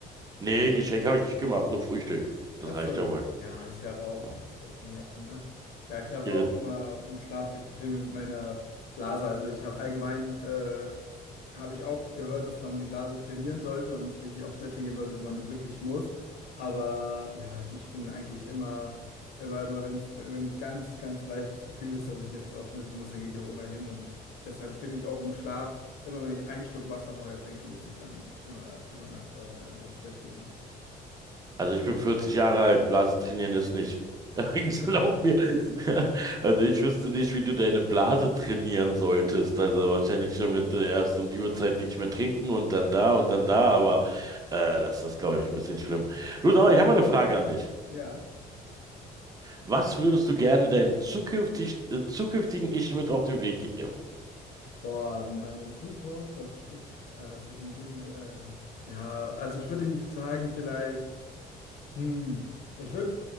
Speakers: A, on the right; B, on the left.
A: Nee, ein Geschenk habe ich nicht gemacht, nur Frühstück. Das
B: Ach
A: reicht
B: so.
A: ja wohl.
B: Ja, ist ja aber auch,
A: Ja.
B: ist ja auch vom Herzen, ne? Ja, ich habe
A: Ihre,
B: auch immer im Schlaf die Probleme mit meiner Blase. Also ich habe allgemein, äh, habe ich auch gehört, dass man die Blase trainieren sollte und wirklich aufs Toilette gehen sollte, wenn man wirklich muss. Aber ja, halt, ich bin eigentlich immer, immer, immer, wenn es, wenn es ganz, ganz leichtes Gefühl ist, dass ich jetzt aufs Toilette muss, dann gehe ich auch immer hin. Und deshalb bin ich auch im Schlaf, immer wenn ich einen Schluck Wasser vorher trinke, muss ich dann immer über Nacht, äh, einmal auf Toilette gehen.
A: Also ich bin 40 Jahre alt, Blase trainieren ist nicht.
B: <laughs>
A: <laughs> Ich Glaub mir. <laughs> Also ich wüsste nicht, wie du deine Blase trainieren solltest. Also wahrscheinlich nur mit äh, erst um die Uhrzeit nicht mehr trinken und dann da und dann da, aber äh, das ist, glaube ich, ein bisschen schlimm. Du, aber ich habe mal eine Frage an dich.
B: Ja.
A: Was würdest du gerne deinem zukünftig, äh, zukünftigen Ich mit auf den Weg geben?
B: Boah, in meiner Zukunft, was ich, äh, was ich ihm geben will, äh, ja, also ich würde ihm sagen, vielleicht, hm, ich würde